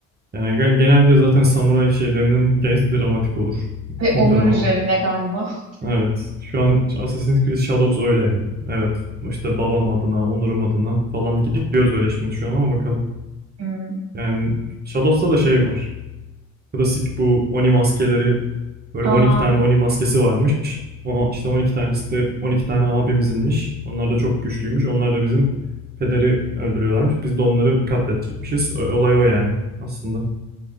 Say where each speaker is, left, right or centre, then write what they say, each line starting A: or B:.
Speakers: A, on the right; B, on the right.
A: Yani gen- genelde zaten samuray şeylerinin hikayesi dramatik olur. <laughs>
B: Ve onur
A: Drama.
B: üzerine galiba. <laughs>
A: Evet. Şu an Assassin's Creed Shadows öyle yani. Evet. İşte babam adına, onurum adına falan gidiyoruz öyle şimdi şu an ama bakalım.
B: Hmm.
A: Yani Shadows'ta da şey var. Klasik bu Oni maskeleri böyle
B: Aa,
A: 12 tane Oni maskesi varmış. O, işte 12 tanesi de 12 tane abimizinmiş. Onlar da çok güçlüymüş. Onlar da bizim pederi öldürüyorlarmış. Biz de onları katletecekmişiz. Ö- Olay o yani aslında.